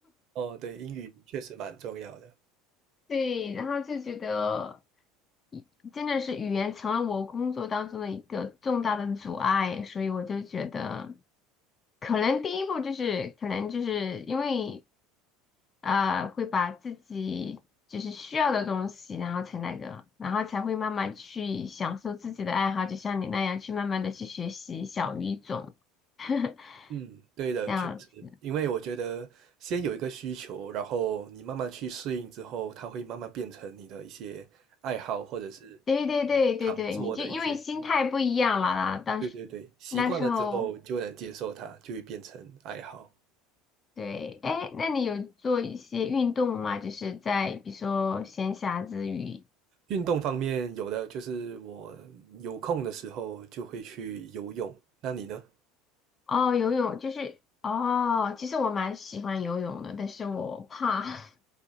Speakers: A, on the right; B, on the left.
A: 哦，对，英语确实蛮重要的。
B: <laughs> 对，然后就觉得语真的是语言成了我工作当中的一个重大的阻碍，所以我就觉得可能第一步就是可能就是因为。啊，会把自己就是需要的东西，然后才那个，然后才会慢慢去享受自己的爱好，就像你那样去慢慢的去学习小语种，<laughs>
A: 嗯，对的，
B: 这样子。
A: 确实，因为我觉得先有一个需求，然后你慢慢去适应之后，它会慢慢变成你的一些爱好，或者是
B: 对对对对对，
A: 常做的一些事。
B: 你就因为心态不一样了啦，当时
A: 对对对，习惯了之后就能接受它，
B: 那时候
A: 就会变成爱好。
B: 对，哎，那你有做一些运动吗？就是在比如说闲暇之余。
A: 运动方面，有的就是我有空的时候就会去游泳。那你呢？
B: 哦，游泳就是哦，其实我蛮喜欢游泳的，但是我怕，<laughs>